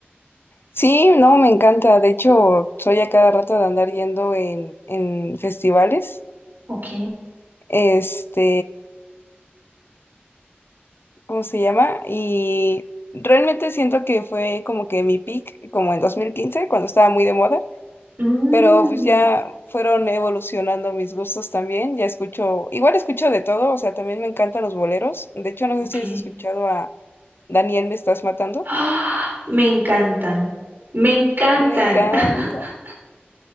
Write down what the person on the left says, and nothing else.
Sí, no, me encanta. De hecho, soy a cada rato de andar yendo en, en festivales.
Este, ¿cómo se llama? Y realmente siento que fue como que mi peak, como en 2015, cuando estaba muy de moda.
pero pues ya fueron evolucionando mis gustos también, ya escucho, igual escucho de todo, o sea, también me encantan los boleros, de hecho no
sé si has escuchado a Daniel Me Estás Matando,
me encanta,